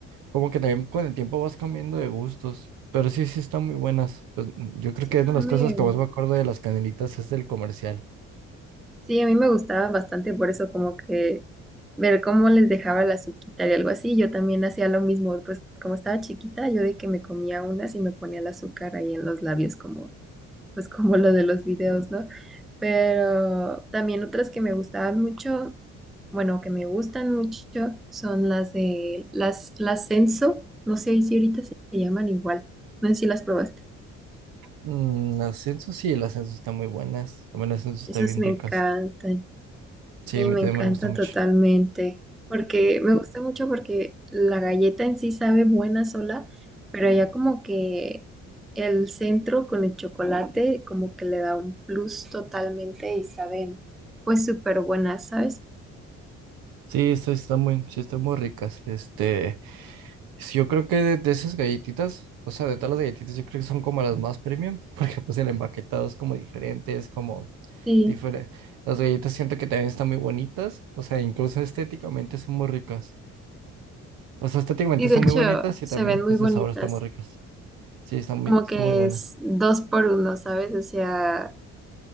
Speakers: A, on the right; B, in the centre.
A: como que también con el tiempo vas cambiando de gustos. Pero sí, sí están muy buenas. Pues mm, yo creo
B: Sí,
A: que es una de
B: a
A: las
B: mí,
A: cosas que más me acuerdo de las canelitas es del comercial.
B: sí, a mí me gustaba bastante por eso, como que ver cómo les dejaba la azuquita y algo así. Yo también hacía lo mismo, pues como estaba chiquita, yo de que me comía unas y me ponía el azúcar ahí en los labios como pues como lo de los videos, ¿no? Pero también otras que me gustaban mucho, bueno, que me gustan mucho, son las de las, las Senso, no sé si ahorita se llaman igual, no sé si las probaste.
A: Mm, las Censo, sí, las ascenso están muy buenas. También las Censo están
B: Esas
A: bien
B: me
A: ricas.
B: encantan.
A: Sí,
B: Sí,
A: a mí
B: me
A: también
B: encanta
A: me gusta mucho.
B: totalmente, porque me gusta mucho porque la galleta en sí sabe buena sola, pero ya como que el centro con el chocolate como que le da un plus totalmente y saben pues súper buenas, ¿sabes?
A: Sí, estas están muy, sí, están muy ricas. Este, sí, yo creo que de, de esas galletitas, o sea, de todas las galletitas, yo creo que son como las más premium, <laughs> porque pues el empaquetado es como diferente, es como
B: Sí,
A: diferente. Las galletas siento que también están muy bonitas, o sea, incluso estéticamente son muy ricas. O sea, estéticamente
B: y de
A: son
B: hecho
A: muy bonitas y
B: se
A: también,
B: ven muy
A: pues,
B: bonitas,
A: de sabor están muy ricas. Sí, están muy,
B: como
A: están
B: que
A: muy buenas.
B: es dos por uno, ¿sabes? O sea...